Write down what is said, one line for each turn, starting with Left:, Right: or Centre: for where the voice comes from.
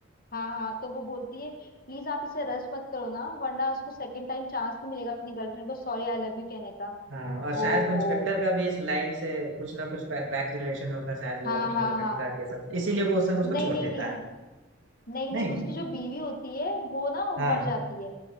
Left: हाँ हाँ तो वो बोलती है प्लीज आप इसे रस मत करो ना वरना उसको सेकंड टाइम चांस नहीं मिलेगा अपनी गर्लफ्रेंड को सॉरी आई लव यू कहने का
Right: हाँ और शायद
Left: ओहो
Right: वो इंस्पेक्टर का भी इस लाइन से कुछ ना कुछ बैक रिलेशन होगा शायद वो
Left: हाँ
Right: अपनी
Left: हाँ
Right: गर्लफ्रेंड
Left: हाँ
Right: के साथ ये सब इसीलिए वो उस समय उसको
Left: नहीं
Right: छोड़
Left: नहीं
Right: देता
Left: नहीं
Right: है
Left: नहीं
Right: नहीं
Left: नहीं उसकी जो बीवी होती है वो ना मर
Right: हाँ
Left: जाती है